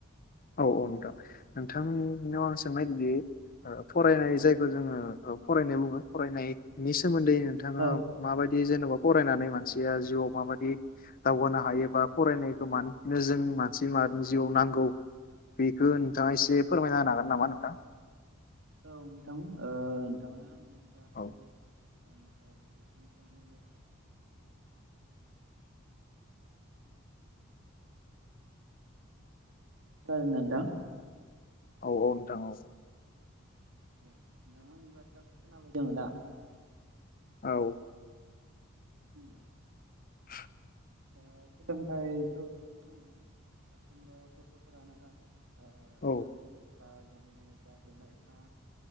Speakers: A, on the left; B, on the right.
A: औ औ नोंथां नोंथांनियाव आं सोंनायदोदि ओ फरायनाय
B: औ
A: जायखौ जोङो औ फरायनाय बुङो फरायनायनि सोमोन्दै नोंथाङा
B: औ
A: माबायदि? बि जेनेबा फरायनानै मानसिया जिउआव माबायदि दावगानो हायोबा फरायनायखौ मानो नो जों मानसि माहारिनि जिउआव नांगौ। बेखौ नोंथाङा एसे फोरमायना होनो हागोन नामा नोंथां?
B: औ नोंथां ओ नोंथाङा आं जा
A: औ
B: खिनि <unintelligible> खोनादों ना नोंथां?
A: औ नोंथां औ।
B: <unintelligible>
A: औ।
B: उम
A: <inaudible>
B: ओ सोलोंथाइखौ जोङो साफ्रोमबो गथ'फोरानो। ओ हानांगौ
A: औ
B: जा जोंनि बिमा बिफा